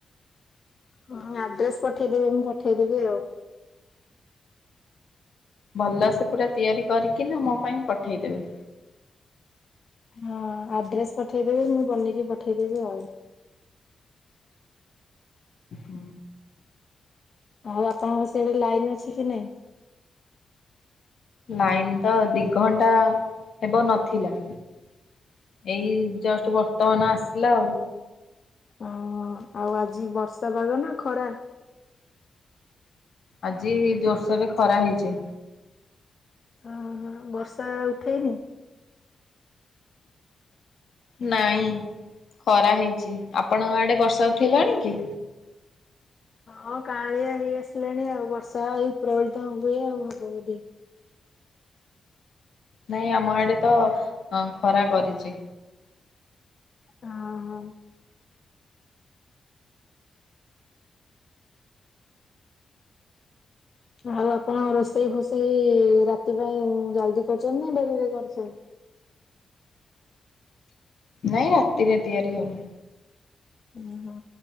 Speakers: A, on the left; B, on the left.
A: ହଁ ଆଡ୍ରେସ ପଠେଇଦେବି ମୁଁ ପଠେଇଦେବି ଆଉ
B: ଭଲସେ ପୁରା ତିଆରି କରିକି ନା ମୋ ପାଇଁ ପଠେଇଦେବେ।
A: ହଁ ଆଡ୍ରେସ ପଠେଇଦେବି ମୁଁ ବନେଇକି ପଠେଇଦେବି ଆଉ
B: ହୁଁ
A: ଆଉ ଆପଣଙ୍କ ସିଆଡେ ଲାଇନ୍ ଅଛି କି ନାଇଁ?
B: ଲାଇନ ତ ଦି ଘଣ୍ଟା ହେବ ନଥିଲା ଏଇ ଜଷ୍ଟ ବର୍ତ୍ତମାନ ଆସିଲା ଆଉ
A: ଓ ଆଉ ଆଜି ବର୍ଷା ପାଗ ନା ଖରା?
B: ଆଜି ଜୋରସୋର ରେ ଖରା ହେଇଛି।
A: ହ ହ ବର୍ଷା ଉଠେଇନି।
B: ନାଇଁ ଖରା ହେଇଛି ଆପଣଙ୍କ ଆଡେ ବର୍ଷା ଉଠିଲାଣି କି?
A: ହଁ କାଳିଆ ହେଇ ଆସିଲାଣି ଆଉ ବର୍ଷା ଉପ୍ରବଳିତ ହୁଏ ଆଉ ହବ ବୋଧେ
B: ନାଇଁ ଆମ ଆଡେ ତ ଖରା କରିଛି।
A: ହଁ ହଁ ଆଉ ଆପଣ ରୋଷେଇ ଫୋଷେଇ ରାତି ପାଇଁ ଜଲଦି କରୁଛନ୍ତି ନା ଡେରିରେ କରୁଛନ୍ତି?
B: ନାଇଁ ରାତିରେ ତିଆରି ହବ।
A: ଓହୋ